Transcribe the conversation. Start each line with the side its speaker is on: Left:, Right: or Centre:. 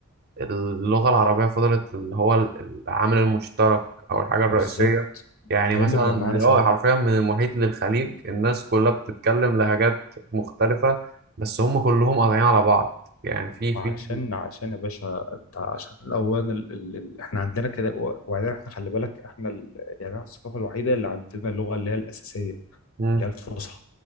Right: اللغة العربية فضلت اللي هو ال- العامل المشترك أو الحاجة الرئيسية
Left: بالظبط
Right: يعني
Left: هي
Right: مثلا
Left: اللي مجمعانا
Right: اللي
Left: سوا
Right: هو حرفيا من المحيط للخليج الناس كلها بتتكلم لهجات مختلفة بس هم كلهم قاطعين على بعض يعني في
Left: ما
Right: في
Left: عشان عشان يا باشا انت عشان الاوان ال... ال... ال... احنا عندنا كده و- وبعدين احنا خلي بالك احنا ال... يعني احنا الثقافه الوحيده اللي عندنا اللغه اللي هي الاساسيه
Right: مم.
Left: اللي هي الفصحى